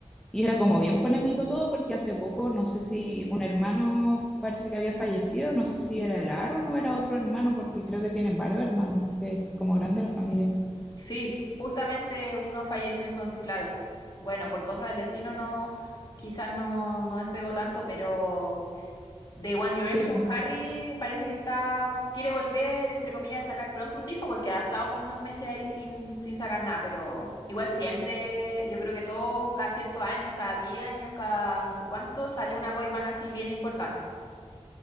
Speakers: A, in the centre; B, on the left.
A: y era como bien polémico todo porque hace poco, no sé si un hermano parece que había fallecido, no sé si era el Aaron o era otro hermano, porque creo que tienen varios hermanos, que es como grande la familia.
B: Sí, justamente uno falleció entonces, claro. Bueno, por cosas del destino no, quizás no, no despegó tanto, pero de One Direction,
A: Sí, pues.
B: Harry parece que está, quiere volver, entre comillas, a sacar pronto un disco porque ha estado como unos meses ahí sin, sin sacar nada, pero igual siempre, yo creo que todos, cada ciertos años, cada 10 años, cada no sé cuánto, sale una boy band así bien importante.